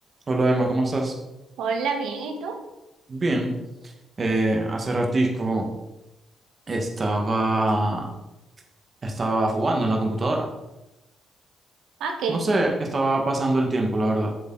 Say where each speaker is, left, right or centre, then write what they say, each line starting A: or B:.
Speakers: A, on the right; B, on the right.
A: Hola Emma, ¿cómo estás?
B: Hola, bien, ¿y tú?
A: Bien. Eh, hace ratisco estaba, estaba jugando en la computadora.
B: ¿A qué?
A: No sé, estaba pasando el tiempo, la verdad.